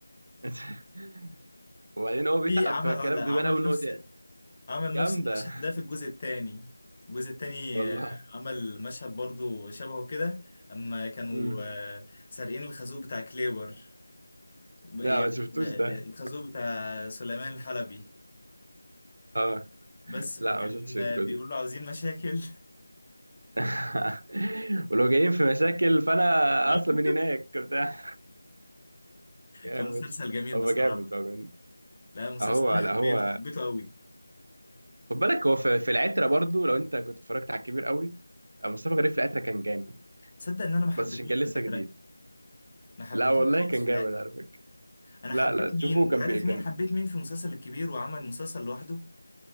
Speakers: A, on the right; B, on the left.
A: <laughs> وبعدين هو بيتعب
B: في عمل
A: فالكلام
B: عمل
A: بيبان قوي
B: نفس
A: ان هو تعب
B: عمل نفس
A: جامده
B: المشهد ده في الجزء الثاني الجزء الثاني
A: والله
B: عمل مشهد برضو شبهه كده اما كانوا
A: مم.
B: آه، سارقين الخازوق بتاع كليبر بأيام
A: لا ما شفتوش ده
B: الخازوق بتاع سليمان الحلبي
A: <laughs>
B: بس فكان
A: لا ما شفتش الجزء
B: آه، بيقول له عاوزين مشاكل
A: <laughs> ولو جايين في مشاكل فانا
B: <laughs>
A: اصلا من هناك بتاع جامد
B: كان مسلسل جميل
A: هو
B: بصراحة
A: جامد هو جامد.
B: لا مسلسل
A: هو
B: انا
A: لا
B: حبيته
A: هو
B: حبيته قوي
A: خد بالك هو في في العترة برضو لو انت كنت اتفرجت على الكبير قوي آه، مصطفى غريب في العترة كان جامد
B: تصدق ان انا ما حبيتوش
A: بس عشان كان
B: في
A: لسه
B: العترة
A: جديد
B: ما حبيتوش
A: لا والله
B: خالص
A: كان
B: في
A: جامد
B: العترة
A: على فكرة
B: انا
A: لا
B: حبيت
A: لا
B: مين
A: تشوفه
B: انت
A: كان
B: عارف
A: بي كان
B: مين حبيت مين في المسلسل الكبير وعمل مسلسل لوحده